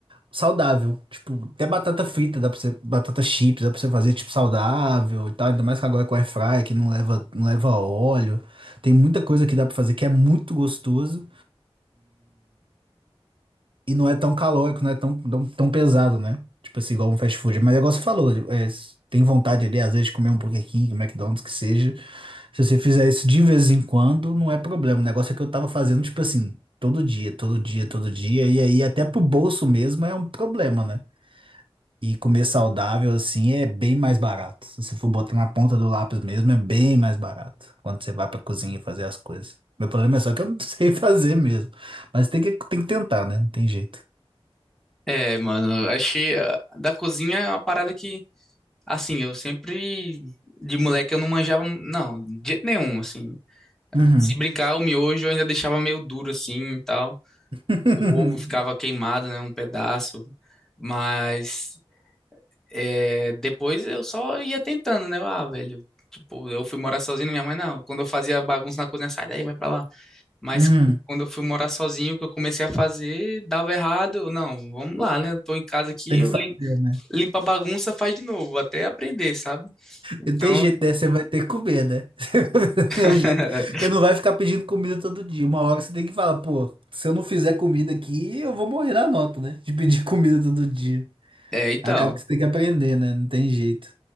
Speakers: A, on the right; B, in the centre.
A: saudável. Tipo, até batata frita, dá pra você, batata chips, dá pra você fazer, tipo, saudável e tal, ainda mais que agora com air fry, que não leva, não leva óleo. Tem muita coisa que dá pra fazer que é muito gostoso e não é tão calórico, não é tão, tão, tão pesado, né? Tipo assim, igual um fast food. Mas é igual você falou, é, se tem vontade ali, às vezes, de comer um Burger King, McDonald's, que seja. Se você fizer isso de vez em quando, não é problema. O negócio é que eu tava fazendo, tipo assim, todo dia, todo dia, todo dia. E aí, até pro bolso mesmo, é um problema, né? E comer saudável, assim, é bem mais barato. Se você for botar na ponta do lápis mesmo, é bem mais barato. Quando você vai pra cozinha fazer as coisas. Meu problema é só que eu não <laughs> sei fazer mesmo. Mas tem que, tem que tentar, né? Não tem jeito.
B: É, mano, achei ah, da cozinha é uma parada que Assim, eu sempre, de moleque, eu não manjava, mu- não, de jeito nenhum, assim.
A: Uhum.
B: Se brincar, o miojo eu ainda deixava meio duro, assim, e tal.
A: <laughs>
B: O ovo ficava queimado, né, um pedaço. Mas, é, depois eu só ia tentando, né, Eu, ah, velho. Tipo, eu fui morar sozinho, minha mãe, não. Quando eu fazia bagunça na cozinha, sai daí, vai pra lá. Mas
A: Uhum.
B: quando eu fui morar sozinho, que eu comecei a fazer, dava errado. eu, Não, vamos lá, né? Tô em casa aqui,
A: Tem
B: eu
A: que fazer,
B: lim-
A: né?
B: limpa a bagunça, faz de novo, até aprender, sabe? Então,
A: Não tem jeito, né? Você vai ter que comer, né? <laughs> É o
B: <laughs>
A: jeito. Você não vai ficar pedindo comida todo dia. Uma hora você tem que falar, pô, se eu não fizer comida aqui, eu vou morrer na nota, né? De pedir <laughs> comida todo dia.
B: É, então,
A: Acaba que você tem que aprender, né? Não tem jeito.